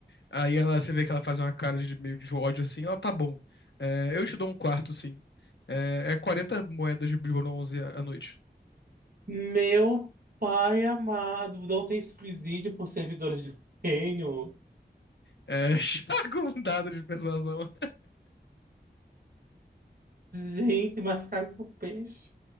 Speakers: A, on the left; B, on the right.
A: Aí ela, você vê que ela faz uma cara de meio de ódio assim, ó, tá bom. É, eu te dou um quarto, sim. É, é 40 moedas de bronze à à noite.
B: meu pai amado, não tem subsídio por servidores do reino.
A: É, <laughs> joga um dado de persuasão.
B: Gente, mais caro que o peixe.